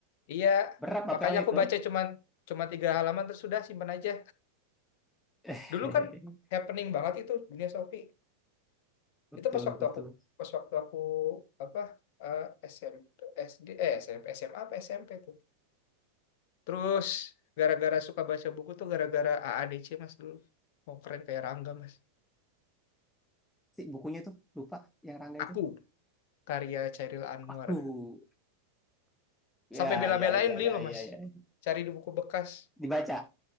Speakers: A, on the left; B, in the centre.
A: Iya,
B: Berat
A: makanya
B: novelnya
A: aku
B: itu.
A: baca cuman cuma tiga halaman terus sudah simpan aja.
B: <laughs>
A: Dulu kan happening banget itu Dunia Sophie.
B: Betul,
A: Itu pas waktu
B: betul.
A: aku pas waktu aku apa eh, s m P s SD eh SMP SMA apa S M p tuh. Terus gara-gara suka baca buku tuh gara-gara a a d c Mas dulu. Mau keren kayak Rangga Mas.
B: Si bukunya tuh, lupa yang Rangga
A: Aku
B: itu.
A: karya Chairil Anwar.
B: Aku. Ya,
A: Sampai bela-belain
B: ya, ya,
A: beli
B: ya,
A: loh
B: ya,
A: Mas.
B: ya.
A: Cari di buku bekas.
B: Dibaca,